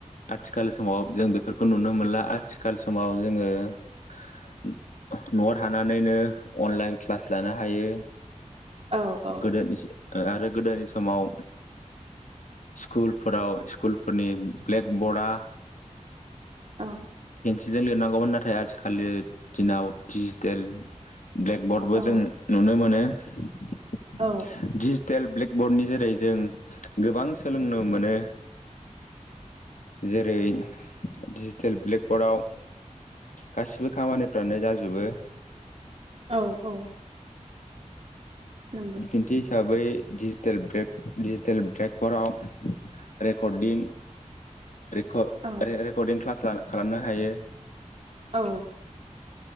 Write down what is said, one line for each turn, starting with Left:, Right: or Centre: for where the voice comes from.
Left: आथिखाल समाव जों बेफोरखौ नुनो मोनला आथिखाल समाव जोङो न'वाव थानानैनो अनलाइन क्लास लानो हायो
Right: औ औ
Left: गोदोनिसै ओ आरो गोदोनि समाव स्कुलफोराव स्कुलफोरनि ब्लेकबर्डआ
Right: औ
Left: जों लिरनांगौमोन नाथाय आथि खालनि दिनाव डिजिटेल ब्लेक बरर्डबो
Right: औ
Left: जों नुनो मोनो <inaudible>
Right: औ
Left: डिजेटेल ब्लेक बर्डनि जेरै जों गोबां सोलोंनो मोनो जेरै डिजिटेल ब्लेकबर्डआव गासिबो खामानिफ्रानो जाजोबो
Right: औ औ नंगौ
Left: बिदिनथि हिसाबै डिजिटेल ब्रेक डिजिटेल ब्रेकफोराव रेकर्डिं रेकर्ड
Right: औ
Left: रेकर्डदिं क्लास खालामनो हायो
Right: औ